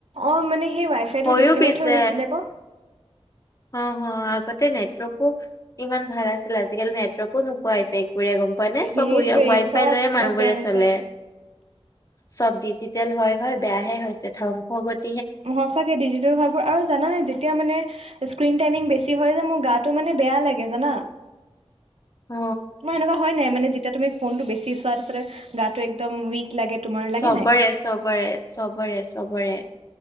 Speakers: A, on the right; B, on the left.
A: অ মানে সেই ৱাই ফাইটো
B: হয়ো
A: ডিচকানেক্ট
B: পিছে
A: হৈ গৈছিলে ক।
B: অ অ, আগতে নেটৱৰ্কো ইমান ভাল আছিল আজিকালি নেটৱৰ্কো নোপোৱা হৈছে একবৰিয়া গম হয়নে?
A: সেইটোৱে
B: চব উ ৱাই
A: চব
B: ফাই লৈয়ে
A: চব
B: মানুহবোৰে
A: বেয়া হৈছে
B: চলে। চব ডিজিটেল হয় - হয় বেয়াহে হৈছে ধ্বংসগত
A: সচাকে ডিজিটেল ভাবোৰ আৰু জানা নাই যেতিয়া মানে স্ক্ৰীন টাইমিং বেছি হয় যে মোৰ গাটো মানে বেয়া লাগে জানা।
B: অ
A: তোমাৰ এনেকুৱা হয় নাই মানে যেতিয়া তুমি ফোনটো বেছি চোৱা তাতে গাটো একদম উইক লাগে। তোমাৰ লাগে
B: চবৰে
A: নাই
B: চবৰে চবৰে চবৰে।